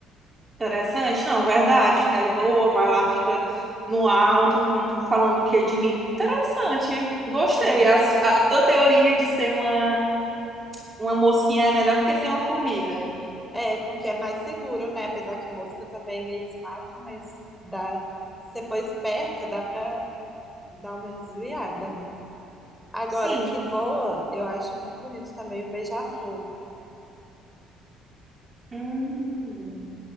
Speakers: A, on the right (about 25°); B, in the centre.
A: Interessante, não, verdade, que aí voa, vai lá, fica no alto, não estão falando o que de mim. Interessante, gostei.
B: É,
A: A, s- a tua teoria de ser uma, uma mosquinha é melhor do que ser uma formiga.
B: é, porque é mais seguro, né? Apesar que mosca também eles matam, mas dá. Se você for esperta, dá pra dar uma desviada, né? Agora,
A: Sim,
B: que voa, eu acho muito bonito também um beija-flor.
A: hum,